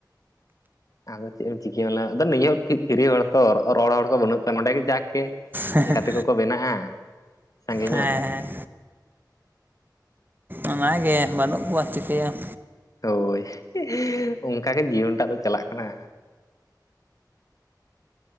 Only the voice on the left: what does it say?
ᱟᱫᱚ ᱪᱮᱫ ᱮᱢ ᱪᱤᱠᱟᱹᱭᱟᱮ ᱟᱫᱚ ᱱᱤᱭᱟᱹ ᱦᱚᱸ ᱯᱷᱮᱨᱤ ᱦᱚᱲ ᱛᱚ ᱨᱚᱲ ᱦᱚᱲ ᱠᱚ ᱵᱟᱹᱱᱩᱜ ᱠᱚᱣᱟ ᱱᱚᱸᱰᱮ ᱜᱮ ᱡᱟᱠ
ᱜᱟᱛᱮ ᱠᱚᱠᱚ ᱵᱮᱱᱟᱜᱼᱟ ᱥᱟᱸᱜᱮ
ᱧᱚᱜ
ᱦᱳᱭ ᱚᱱᱠᱟᱜᱮ ᱡᱤᱭᱚᱱᱴᱟᱜ ᱫᱚ ᱪᱟᱞᱟᱜ ᱠᱟᱱᱟ